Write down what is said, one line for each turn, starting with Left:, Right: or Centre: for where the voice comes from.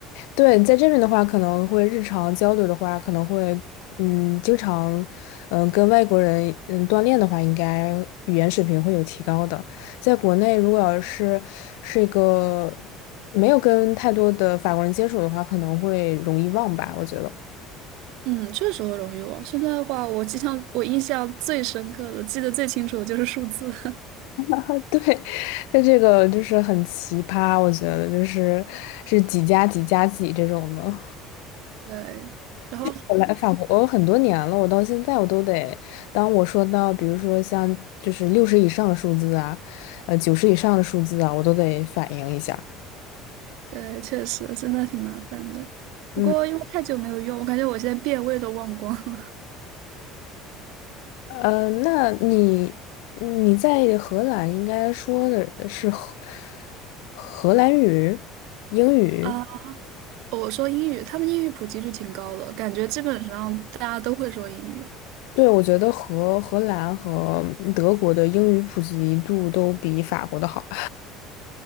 Left: 对，你在这边的话，可能会日常交流的话，可能会，嗯，经常，嗯，跟外国人，嗯，锻炼的话，应该语言水平会有提高的。在国内，如果要是是一个没有跟太多的法国人接触的话，可能会容易忘吧，我觉得。
Right: 嗯，确实会容易忘。现在的话，我经常我印象最深刻的、记得最清楚的就是数字了
Left: <laughs> 对，在这个就是很奇葩，我觉得就是是几加几加几这种的。
Right: 对，然后
Left: 我来法国我很多年了，我到现在我都得，当我说到比如说像就是六十以上的数字啊，呃九十以上的数字啊，我都得反应一下。
Right: 对，确实真的挺麻烦的。不过因为太久没有用，
Left: 嗯，
Right: 我感觉我现在变味都忘光了
Left: 呃，那你你在荷兰应该说的是荷荷兰语、英语，
Right: <laughs> 啊。我说英语，他们英语普及率挺高的，感觉基本上大家都会说英语。
Left: 对，我觉得荷荷兰和德国的英语普及度都比法国的好。